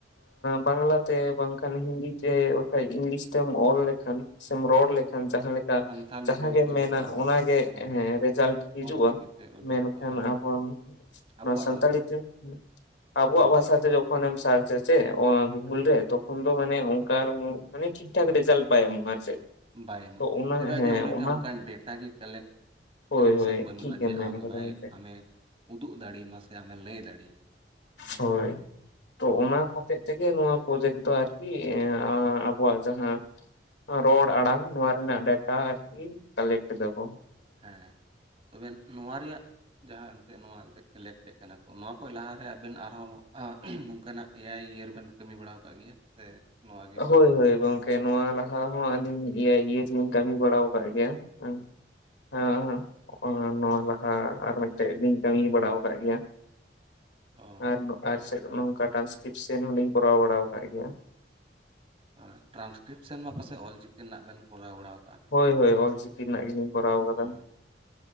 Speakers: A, on the left; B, on the right.
A: ᱵᱟᱝᱞᱟᱛᱮ ᱵᱟᱝᱠᱷᱟᱱ ᱦᱤᱱᱫᱤ ᱛᱮ ᱵᱟᱠᱷᱟᱡ ᱤᱝᱞᱤᱥ ᱛᱮᱢ ᱚᱞ ᱞᱮᱠᱷᱟᱱ ᱥᱮᱢ ᱨᱚᱲ ᱞᱮᱠᱷᱟᱱ ᱡᱟᱦᱟᱸ ᱞᱮᱠ ᱠᱟ
B: ᱥᱟᱱᱛᱷᱟᱞᱤ
A: ᱡᱟᱦᱟᱸ
B: ᱛᱮ
A: ᱜᱮᱢ
B: ᱚᱞᱪᱤᱠᱤᱛᱮ
A: ᱢᱮᱱᱟ
B: ᱩᱰᱩᱠᱚᱜ
A: ᱚᱱᱟᱜ ᱜᱮ
B: ᱦᱮᱸ
A: ᱨᱮᱡᱟᱞᱴ ᱦᱤᱡᱩᱜ-ᱟ
B: ᱚᱞᱪᱤᱠᱤᱛᱮ ᱩᱰᱩᱠᱚᱜᱼᱟ
A: ᱢᱮᱱᱠᱷᱟᱱ
B: ᱦᱮᱸ
A: ᱟᱵᱚ
B: ᱟᱵᱚᱣᱟᱜ
A: ᱱᱚᱣᱟ ᱥᱟᱱᱛᱟᱲᱤ
B: ᱵᱷᱟᱥᱟᱛᱮ
A: ᱛᱮ ᱟᱵᱚᱣᱟᱜ
B: ᱦᱮᱸ
A: ᱵᱷᱟᱥᱟ ᱛᱮ ᱡᱚ ᱠᱷᱚᱱᱮᱢ ᱥᱟᱨᱪ ᱟᱪᱮ ᱜᱩᱜᱩᱞ ᱨᱮ ᱛᱚᱠᱷᱚᱱ ᱫᱚ ᱢᱟᱱᱮ ᱚᱝᱠᱟ ᱴᱷᱤᱠ ᱴᱷᱟᱠ ᱨᱮᱡᱟᱞᱴ ᱵᱟᱭ ᱮᱢᱚᱜ-ᱟ ᱟᱨ ᱪᱮᱫ᱾
B: ᱵᱟᱭ ᱮᱢᱚᱜ-ᱟ
A: ᱛᱚ ᱚᱱᱟ
B: ᱪᱮᱫᱟᱜ
A: ᱦᱮᱸ
B: ᱡᱮ ᱩᱱᱤ
A: ᱚᱱᱟ
B: ᱴᱷᱮᱱ ᱚᱝᱠᱟᱱ ᱰᱮᱴᱟ ᱜᱮ ᱠᱟᱞᱮᱠᱴ
A: ᱦᱳᱭ
B: ᱠᱟᱞᱮᱠᱥᱮᱱ
A: ᱦᱳᱭ
B: ᱵᱟᱹᱱᱩᱜ-ᱟ
A: ᱴᱷᱤᱠᱮᱢ
B: ᱡᱮ
A: ᱢᱮᱱ
B: ᱟᱢ
A: ᱠᱟᱫᱟ
B: ᱚᱱᱟᱭ
A: ᱜᱚᱝᱠᱮ
B: ᱟᱢᱮ ᱩᱫᱩᱜ ᱫᱟᱲᱤᱭᱢᱟ ᱥᱮ ᱟᱢᱮ ᱞᱟᱹᱭ ᱫᱟᱲᱤᱭᱢᱟ᱾
A: ᱦᱳᱭ ᱛᱚ ᱚᱱᱟ ᱦᱚᱛᱮᱡ ᱛᱮᱜᱮ ᱱᱚᱣᱟ ᱯᱨᱚᱡᱮᱠᱴ ᱫᱚ ᱟᱨᱠᱤ ᱟᱵᱚᱣᱟᱜ ᱡᱟᱦᱟᱸ ᱨᱚᱲ ᱟᱲᱟᱝ ᱱᱚᱣᱟ ᱨᱮᱱᱟᱜ ᱰᱮᱴᱟ ᱟᱨᱠᱤ ᱠᱟᱞᱮᱠᱴ ᱮᱫᱟᱠᱚ᱾
B: ᱦᱮᱸ ᱛᱚᱵᱮ ᱱᱚᱣᱟ ᱨᱮᱭᱟᱜ ᱡᱟᱦᱟᱸ ᱮᱱᱛᱮᱜ ᱱᱚᱣᱟ ᱮᱱᱛᱮᱜ ᱠᱟᱞᱮᱠᱴᱮᱜ ᱠᱟᱱᱟ ᱠᱚ ᱱᱚᱣᱟ ᱠᱷᱚᱱ ᱞᱟᱦᱟᱨᱮ ᱟᱵᱮᱱ ᱟᱨᱦᱚᱸ ᱱᱚᱝᱠᱟ ᱱᱟᱜ ᱮᱭᱟᱭ ᱤᱭᱟᱹ ᱨᱮᱵᱮᱱ ᱠᱟᱹᱢᱤ ᱵᱟᱲᱟᱣ ᱠᱟᱜ ᱜᱮᱭᱟ ᱥᱮ ᱱᱚᱣᱟ ᱜᱮ
A: ᱦᱳᱭ
B: ᱯᱟᱹᱦᱤᱞ
A: ᱦᱳᱭ ᱜᱚᱝᱠᱮ ᱱᱚᱣᱟ ᱞᱟᱦᱟ ᱦᱚᱸ ᱟᱞᱤᱧ ᱮ ᱟᱤ ᱤᱭᱟᱹ ᱛᱮᱞᱤᱧ ᱠᱟᱹᱢᱤ ᱵᱟᱲᱟᱣ ᱠᱟᱜ ᱜᱮᱭᱟ ᱦᱮᱸ, ᱦᱮᱸ ᱦᱮᱸ ᱱᱚᱣᱟ ᱞᱟᱦᱟ ᱟᱨ ᱢᱤᱫᱴᱮᱡ ᱞᱤᱧ ᱠᱟᱢᱤ ᱵᱟᱲᱟᱣ ᱠᱟᱜ ᱜᱮᱭᱟ, <inaudible>
B: ᱚ ᱾
A: ᱟᱨ ᱟᱨ ᱪᱮᱫ ᱱᱚᱝᱠᱟ ᱴᱨᱟᱱᱥᱠᱨᱤᱯᱥᱮᱱ ᱦᱚᱞᱤᱧ ᱠᱚᱨᱟᱣ ᱵᱟᱲᱟᱣ ᱟᱠᱟᱜ ᱜᱮᱭᱟ ᱾
B: ᱟ ᱴᱨᱟᱱᱥᱠᱨᱤᱯᱥᱟᱹᱱ ᱢᱟ ᱯᱟᱥᱮᱡ ᱚᱞᱪᱤᱠᱤ ᱨᱮᱱᱟᱜ ᱵᱮᱱ ᱠᱚᱨᱟᱣ ᱵᱟᱲᱟᱣ
A: ᱦᱳᱭ ᱦᱳᱭ, ᱚᱞᱪᱤᱠᱤ ᱨᱮᱱᱟᱜ ᱜᱮᱞᱤᱧ ᱠᱚᱨᱟᱣ ᱠᱟᱫᱟ
B: ᱦᱩᱸ
A: ᱾